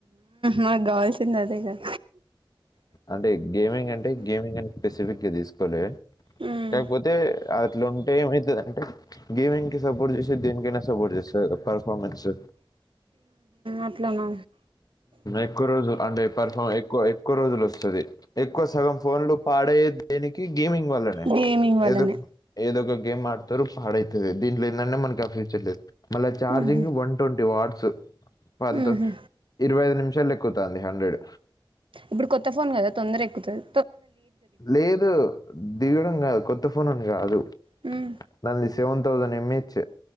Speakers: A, on the right; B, on the left.
A: నాకు కావాల్సింది అదే కదా
B: అంటే గేమింగ్ అంటే గేమింగ్ అని స్పెసిఫిక్గా తీసుకోలేదు
A: హ్మ్
B: కాకపోతే అట్లా ఉంటే ఏమవుతుంది అంటే గేమింకి సపోర్ట్ చేస్తే దేనికైనా సపోర్ట్ చేస్తాది గా పర్ఫార్మెన్స్
A: అట్ల నా
B: ఎక్కువ రోజులు అంటే పర్ఫార్ ఎక్కువ ఎక్కువ రోజులు వస్తుది ఎక్కువ సగం ఫోన్లు పాడయ్యే దేనికి గేమింగ్ వల్లనే
A: గేమింగ్ వల్లనే
B: ఏదో ఏదో ఒక గేమ్ ఆడతారు పాడైతది దీంట్లో ఏంటంటే మనకి ఆ ఫ్యూచర్ లేదు మళ్ళీ చార్జింగ్
A: హ్మ్ హు
B: వన్ ట్వంటీ వాట్స్ పంత్
A: హ్మ్ హు
B: ఇరవై ఐదు నిమిషాలు ఎక్కుతాంది హండ్రెడ్
A: ఇప్పుడు కొత్త ఫోన్ కదా తొందర ఎక్కుతుంది
B: లేదు దిగడం కాదు కొత్త ఫోన్ అని కాదు
A: హ్మ్
B: నాది సెవెన్ థౌసండ్ ఎంహెచ్